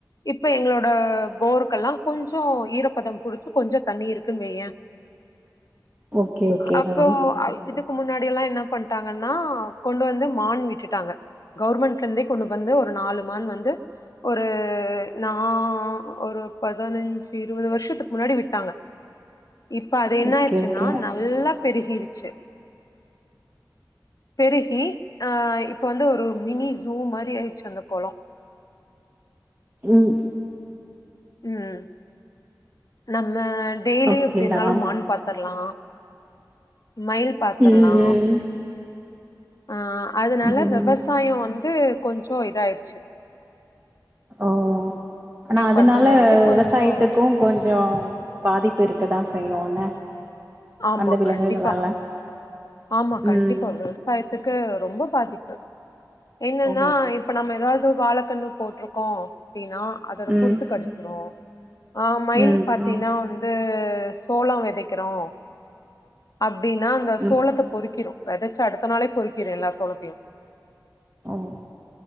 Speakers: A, on the left (about 55°); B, on the right (about 25°).
A: இப்ப எங்களோட போருக்கெல்லாம் கொஞ்சோ ஈரப்பதம் குடிச்சு கொஞ்சோ தண்ணி இருக்குன்னு வைய
B: ஓகே ஓகேடா
A: அப்போ இது முன்னாடிலா என்ன பண்டாங்கனா கொண்டு வந்து மான் விட்டுட்டாங்க கவர்மெண்ட்ல இருந்து கொண்டு வந்து ஒரு நாலு மான் வந்து ஒரு நா ஒரு பதினஞ்சு இருபது வருஷத்துக்கு முன்னாடி விட்டாங்க இப்ப அது என்ன
B: ஓகே
A: ஆயிடுச்சுன்னா
B: ஓகே
A: நல்லா பெரிஹுரிச்சு பெருகி ஆ இப்ப வந்து ஒரு மினி ஜூ மாரி ஆயிடுச்சு அந்த கொளோ
B: ம்
A: ம் நம்ம டெய்லியும்
B: ஓகேடா
A: எப்டி இருந்தாலு மான் பாத்துருலா மயில் பாத்துருலா
B: ம்
A: ஆ அதனால
B: ம்
A: விவசாயோ
B: ம்
A: வந் அது கொஞ்சோ இதாயிடுச்சு
B: ஓ ஆனா அது
A: பண்றது
B: அதனால
A: வந்து
B: விவசாயத்துக்கும்
A: கொஞ்சோ
B: கொஞ்சம் பாதிப்பு இருக்குதான் ச ய்யும் எனா
A: ஆமா
B: அந்த விலங்குகளால
A: கண்டிப்பா ஆமா கண்டிப்பா
B: ம்
A: விவசாயத்துக்கு ரொம் ப பாதிப்பு என்னன்னா
B: ஓ
A: இப்ப நம்ம ஏதா து வாழைக்கண்ணு போட்ருக்கோம் அப்டின்னா அதோட
B: ம்
A: குறுத்து கடிச்சிரும் ஆஹ் மைல்
B: ம்
A: பாத்தீன்னா
B: ம்
A: வந் சோளம் விதைக்கிறோம் அப்டின்னா சோளத்த
B: ம்
A: பொறுக்கிறோம் விதைச்சு அடுத்த நாளே பொறிக்கிரு எல்லா சோழத்தையும்
B: ஆஹ்